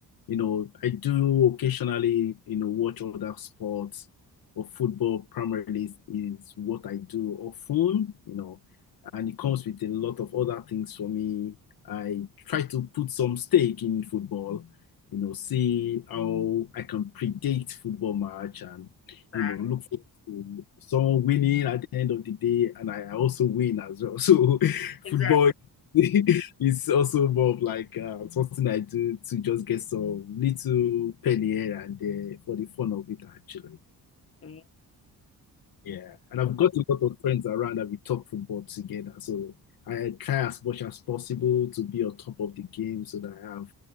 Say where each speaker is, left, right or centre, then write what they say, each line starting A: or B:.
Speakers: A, on the left (about 65°); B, on the left (about 35°).
A: You know, I do occasionally, you know, watch other sports, but football primarily is, is what I do often, you know, and it comes with a lot of other things for me. I try to put some stake in football you know, see how I can predict football match and,
B: Right.
A: you know, look for someone winning at the end of the day. And I also win as well. So <laughs> football
B: Exactly.
A: <laughs> is also more of like uh, something I do to just get some little penny here and there for the fun of it, actually.
B: Mhm.
A: Yeah, and I've got a lot of friends around that we talk football together. So I try as much as possible to be on top of the game so that I have